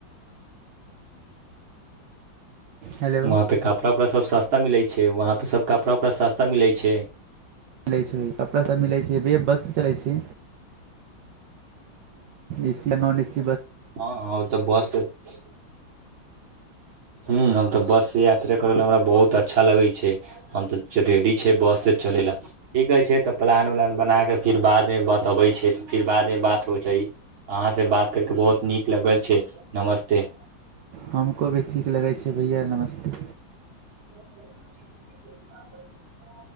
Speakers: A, on the right; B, on the right.
A: हेलो
B: वहाँ पे कपड़ा उपड़ा सब सस्ता मिलै छै वहाँपे सब कपड़ा उपड़ा सब सस्ता मिलै छै
A: मिलै छै कपड़ा सभ मिलै छै ब-बस से चलै छी एसी नॉन ऐसी
B: हँ हँ ओ तऽ बस से <inaudible> <inaudible> हूँ हम तऽ बससँ यात्रा करै लाए हमरा बहुत अच्छा लगै छै हम तऽ रेडी छै बससँ चलै लाए ठीक कहै छै तऽ प्लान उलान बना कऽ फेर बादमे बातबै छै तऽ फेर बादमे बात हो जाइ अहाँसँ बात करि कऽ बहुत नीक लगल छै नमस्ते
A: हम को भी ठीक लगै छै भैया नमस्ते
B: <inaudible>